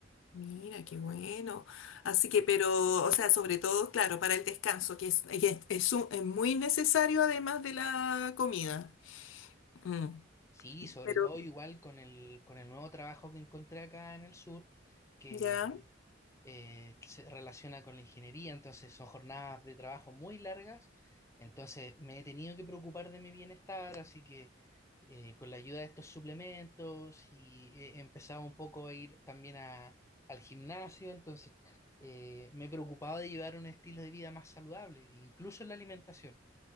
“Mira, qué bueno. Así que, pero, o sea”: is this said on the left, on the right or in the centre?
Left